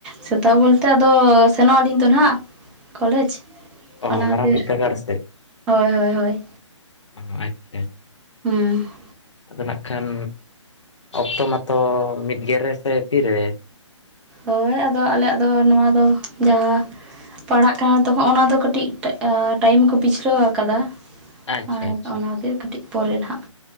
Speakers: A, in the centre; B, on the left.
A: ᱥᱮᱛᱟᱜ ᱵᱚᱞᱛᱮ ᱟᱫᱚ ᱥᱮᱱᱚᱜ ᱟᱹᱞᱤᱧ ᱛᱚ ᱱᱟᱦᱟᱸᱜ ᱠᱚᱞᱮᱪ ᱾
B: ᱚ
A: ᱚᱱᱟ
B: ᱢᱟᱨᱟᱝ
A: ᱠᱷᱟᱹᱛᱤᱨ,
B: ᱵᱤᱫᱽᱫᱟᱹᱜᱟᱲ ᱥᱮᱫ
A: ᱦᱚᱭ ᱻ ᱦᱚᱭ ᱻ ᱦᱚᱭ᱾
B: ᱚ ᱟᱪᱪᱷᱟ ᱟᱪᱪᱷᱟ
A: ᱦᱩᱸᱻ ᱾
B: ᱟᱫᱚ ᱱᱟᱜ ᱠᱷᱟᱱ, ᱚᱠᱛᱚ ᱢᱟᱛᱚ ᱢᱤᱫ ᱜᱮᱞ ᱨᱮᱥ ᱛᱤᱨ ᱨᱮ?
A: ᱦᱚᱭ ᱟᱫᱚ, ᱟᱞᱮᱭᱟᱜ ᱫᱚ, ᱱᱚᱣᱟ ᱫᱚ, ᱡᱟᱦᱟᱸᱼᱼ ᱯᱟᱲᱦᱟᱜ ᱠᱟᱱᱟ ᱛᱚ ᱦᱚᱸᱻ ᱚᱱᱟ ᱫᱚ ᱠᱟᱹᱴᱤᱡ ᱴᱟᱭ ᱟᱻ ᱴᱟᱭᱤᱢ ᱠᱚ ᱯᱤᱪᱷᱞᱟᱹᱼᱣ ᱟᱠᱟᱫᱟ᱾
B: ᱟᱪᱪᱷᱟ
A: ᱟᱨ
B: ᱟᱪᱪᱷᱟ
A: ‌ᱚᱱᱟᱛᱮ ᱠᱟᱹᱴᱤᱡ ᱯᱚᱨᱮ ᱱᱟᱦᱟᱸᱜ